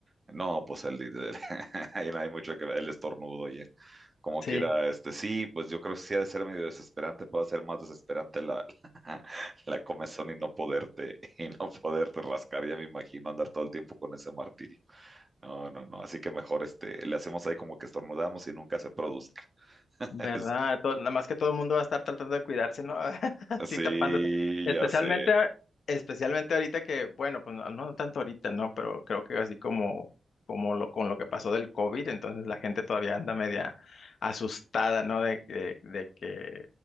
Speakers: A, on the right; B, on the left.
A: No, pues el, el- <laughs> ahí no hay mucho que ver, el estornudo, oye. Como
B: Sí.
A: quiera, este, sí, pues yo creo que sí ha de ser medio desesperante, puede ser más desesperante la, <laughs> la comezón y no poderte, y no poderte rascar, ya me imagino andar todo el tiempo con ese martirio. No, no, no. Así que mejor este, le hacemos ahí como que estornudamos y nunca se produzca. <laughs>
B: ¿Verdad?
A: Es-
B: Todo- nada más que todo el mundo va a estar tratando de cuidarse, ¿no? <laughs> Así
A: sí,
B: tapándose. Especialmente,
A: ya sé,
B: a- especialmente ahorita que, bueno, pues no, no tanto ahorita, ¿no? Pero creo que así como, como lo, con lo que pasó del COVID, entonces la gente todavía anda media asustada, ¿no? De, que- de que,